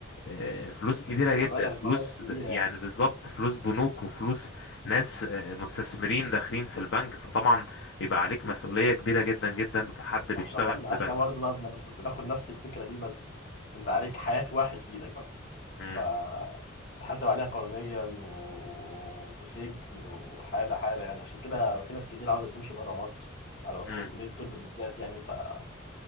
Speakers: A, on the left (about 65°); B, on the left (about 50°).
A: آه، فلوس كبيرة
B: بمبالغ
A: جدا فلوس
B: مبالغ كبيره
A: د- يعني
B: يعني
A: بالظبط فلوس بنوك وفلوس ناس آه، مستثمرين داخلين في البنك فطبعا بيبقى عليك مسؤولية كبيرة جدا جدا كحد بيشتغل
B: احنا احنا
A: في
B: احنا
A: بنك
B: برضه بقى بناخد بناخد نفس الفكره دي بس انت عليك حياه واحد في ايدك بقى
A: مم.
B: فتحاسب عليها قانونيا و... وسجن وحالة حالة يعني عشان كده في ناس كتير عاوزة تمشي بره مصر بعد ما
A: مم.
B: تخلص كلية الطب بالذات يعني فأنا